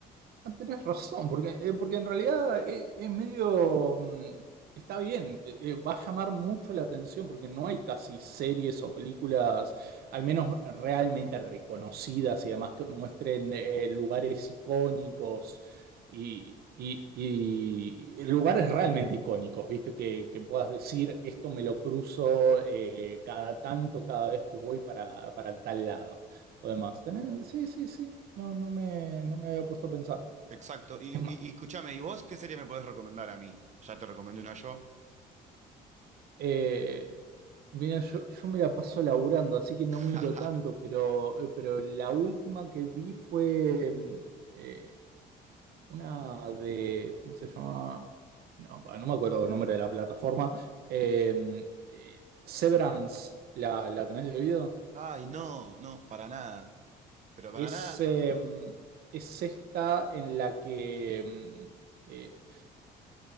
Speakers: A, on the right; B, on the right.
A: Ah, Tenés razón, porque, eh, porque en realidad es, es medio... mm, Está bien, te- eh, va a llamar mucho la atención porque no hay casi series o películas, al menos realmente reconocidas y demás, que muestren eh, lugares icónicos y, y- y lugares realmente icónicos, ¿viste? Que, que puedas decir, esto me lo cruzo eh, cada tanto, cada vez que voy para, para tal lado o demás. Tenés- Sí, sí, sí, no, no me, no me había puesto a pensar.
B: Exacto. Y,
A: Es
B: y-
A: ma-
B: y escúchame, ¿y vos qué serie me podés recomendar a mí? Ya te recomendé una yo.
A: eh, mira, yo, yo me la paso laburando, así que no
B: <laughs>
A: miro tanto, pero, eh, pero la última que vi fue mm, eh, una de, ¿cómo se llama? No, pa, no me acuerdo el nombre de la plataforma. Eh, eh, Severance, ¿la, la tenés de oído?
B: Ay, no, no, para nada. Pero para
A: Es,
B: nada,
A: eh, es esta en la que mm, eh,